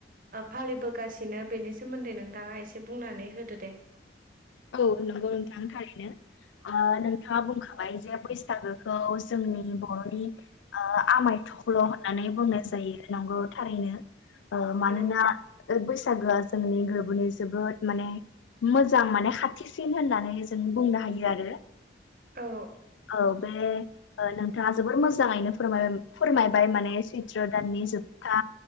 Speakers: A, on the right; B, on the left.
A: फालिबोगासिनो बेनि सोमोन्दै नोंथाङा एसे बुंनानै होदो दे
B: औ नंगौ नोंथांनि थाखायनो आ नोंथाङा बुंखाबाय जे बैसागोखौ जोंनि बर'नि ओ आमाय थख्ल होननानै बुंनाय जायो नंगौ थारैनो ओ मानोना
A: औ
B: बैसागोआ जोंनि गोरबोनि जोबोद माने मोजां माने खा थिसिन होननानै जों बुंनो हायो आरो
A: औ
B: औ बे ओ नोंथाङा जोबोर मोजाङैनो फोर फोरमायबाय माने सैत्र दाननि जोबथा